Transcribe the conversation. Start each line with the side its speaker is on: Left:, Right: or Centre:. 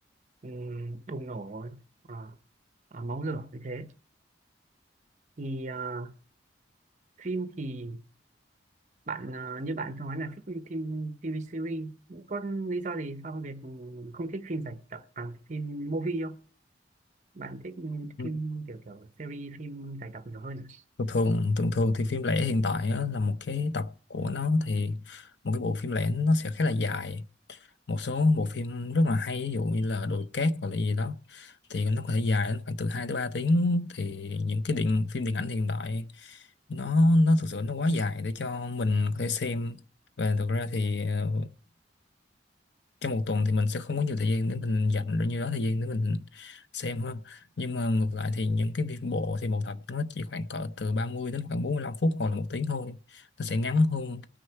Right: ừm, bùng nổ à, à, máu lửa như thế thì à, phim thì bạn ờ, như bạn nói là thích phim TV series có lý do gì sao việc không thích phim giải tập à, phim movie không bạn thích
Left: ừ.
Right: phim kiểu kiểu series phim giải tập nhiều hơn à?
Left: Thường thường thường thường thì phim lẻ hiện tại á, là một cái tập của nó thì một cái bộ phim lẻ nó sẽ khá là dài một số bộ phim rất là hay ví dụ như là Đồi Cát hoặc là gì đó thì nó có thể dài đến khoảng từ 2 tới 3 tiếng thì những cái điện phim điện ảnh hiện đại nó nó thực sự nó quá dài để cho mình có thể xem và thực ra thì ờ, trong một tuần thì mình sẽ không có nhiều thời gian để mình dành bao nhiêu đó thời gian để mình xem ha nhưng mà ngược lại thì những cái việc bộ thì một tập nó chỉ khoảng cỡ từ 30 đến khoảng 45 phút hoặc là một tiếng thôi nó sẽ ngắn hơn